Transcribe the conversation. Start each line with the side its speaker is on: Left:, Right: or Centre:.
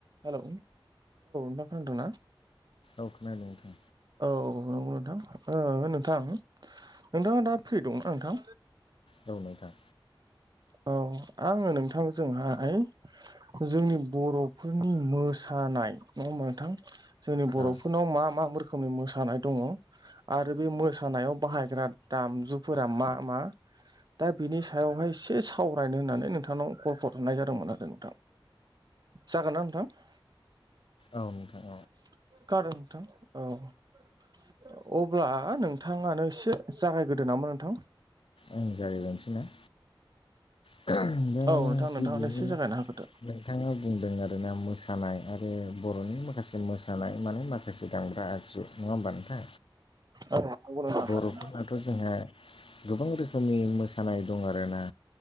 Right: हेल' औ नोंथां खोनदों ना?
Left: औ खोनादों नोंथां
Right: औ नंगौ नोंथां ओ नोंथां नोंथाङा दा फ्रि दंना नोंथां?
Left: रौनाय दा
Right: औ आंङो नोंथांजोंहाय जोंनि बर'फोरनि मोसानाय नङा ओमबा नोंथां जोंनि बर'फोरनाव
Left: औ
Right: मा मा रोखोमनि मोसानाय दङ आरो बे मोसानायाव बाहायग्रा दामजुफोरा मा मा। दा बेनि सायावहाय एसे सावरायनो होननानै नोंथांनाव कल हर हरनाय जादोंमोन आरो नोंथां। जागोन ना नोंथां?
Left: औ नोंथां औ।
Right: <unintelligible> औ अब्ला नोंथाङानो एसे जागायग्रदो नामा नोंथां?
Left: आंनो जागायग्रोनोसै ना? दा
Right: औ नोंथां नोंथाङानो
Left: गिबियावनो
Right: एसे जागायना होग्रोदो
Left: बिथाङा बुंदों आरोना मोसानाय आरो बर'नि माखासे मोसानाय माने माखा- <unintelligible> दांब्रा जु। नङा होमबा नोंथा?
Right: औ नंगौ नोंथां
Left: बर'फोराथ'
Right: थारैनो
Left: जोंहा गोबां रोखोमनि मोसानाय दं आरोना।